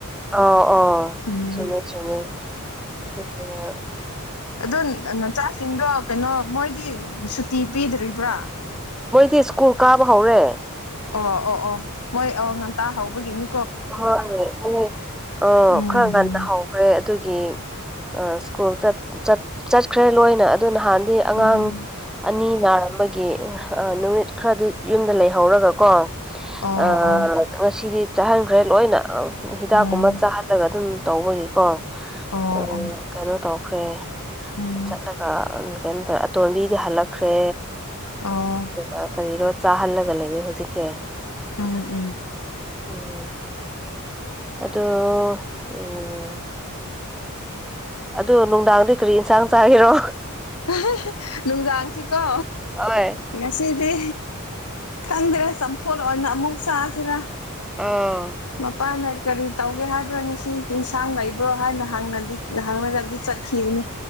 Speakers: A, in the centre; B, on the left (about 85°).
A: ꯑꯣ ꯑꯣ
B: ꯎꯝ
A: ꯆꯨꯝꯃꯦ ꯆꯨꯝꯃꯦ ꯑꯗꯨꯅꯦꯕ
B: ꯑꯗꯨ ꯅ ꯅꯆꯥꯁꯤꯡꯗꯣ ꯀꯩꯅꯣ ꯃꯣꯏꯗꯤ ꯁꯨꯇꯤ ꯄꯤꯗ꯭ꯔꯤꯕ꯭ꯔꯥ
A: ꯃꯣꯏꯗꯤ ꯁ꯭ꯀꯨꯜ ꯀꯥꯕ ꯍꯧꯔꯦ
B: ꯑꯣ ꯑꯣ ꯑꯣꯑꯣ ꯃꯣꯏ ꯑꯣ ꯉꯟꯇꯥ ꯍꯧꯕꯒꯤꯅꯤ
A: ꯍꯣꯏ ꯃꯣꯏ ꯑ
B: ꯎꯝ
A: ꯈꯔ ꯉꯟꯅ ꯍꯧꯈ꯭ꯔꯦ ꯑꯗꯨ ꯅꯤ ꯑ ꯁ꯭ꯀꯨꯜ ꯆꯠ ꯆꯠ ꯆꯠꯈ꯭ꯔꯦ ꯂꯣꯏꯅ ꯑꯗꯣ ꯅꯍꯥꯟ ꯗꯤ ꯑꯉꯥꯡ
B: ꯎꯝ
A: ꯑꯅꯤ ꯅꯥꯔꯝꯕꯒꯤ ꯑ ꯅꯨꯃꯤꯠ ꯈꯔꯗꯤ ꯌꯨꯝꯗ ꯂꯩꯍꯧꯔꯒꯀꯣ
B: ꯑꯣ
A: ꯑ
B: ꯑꯣ
A: ꯉꯁꯤꯗꯤ ꯆꯥꯍꯟꯈ꯭ꯔꯦ ꯂꯣꯏꯅ ꯑ ꯍꯤꯗꯥꯛꯀꯨꯝꯕ
B: ꯎꯝ
A: ꯆꯥꯍꯜꯂꯒ ꯑꯗꯨꯝ ꯇꯧꯕꯒꯤꯀꯣ
B: ꯑꯣ
A: ꯎꯝ
B: ꯑꯣ
A: ꯀꯩꯅꯣ ꯇꯧꯈ꯭ꯔꯦ
B: ꯎꯝ
A: ꯆꯠꯂꯒ ꯀꯩꯅꯣ ꯇꯧꯌꯦ ꯑꯇꯣꯟꯝꯕꯤꯗꯤ ꯍꯜꯂꯛꯈ꯭ꯔꯦ
B: ꯑꯣ
A: ꯑꯗꯨꯒ ꯀꯔꯤꯔꯣ ꯆꯥꯍꯜꯂꯒ ꯂꯩꫪꯤ ꯍꯧꯖꯤꯛꯁꯦ
B: ꯎꯝ ꯎꯝ
A: ꯎꯝ ꯑꯗꯣ ꯎꯝ ꯑꯗꯨ ꯅꯨꯡꯗꯥꯡꯗꯤ ꯀ꯭ꯔꯤ ꯌꯦꯟꯁꯥꯡ ꯆꯥꯔꯤꯔꯣ
B: ꯍꯦ ꯍꯦ ꯅꯨꯡꯗꯥꯡꯁꯤꯀꯣ
A: ꯍꯣꯏ
B: ꯉꯁꯤ ꯗꯤ ꯈꯪꯗ꯭ꯔꯦ ꯆꯝꯐꯨꯠ ꯑꯣꯏꯅ ꯑꯃꯨꯛ ꯆꯥꯁꯤꯔꯥ
A: ꯑꯥ
B: ꯃꯄꯥꯅ ꯀꯔꯤ ꯇꯧꯒꯦ ꯍꯥꯏꯕ꯭ꯔꯥ ꯉꯁꯤ ꯌꯦꯟꯁꯥꯡ ꯂꯩꯕ꯭ꯔꯣ ꯍꯥꯏꯅ ꯍꯪꯂꯗꯤ ꯍꯪꯂꯒꯗꯤ ꯆꯠꯈꯤꯕꯅꯦ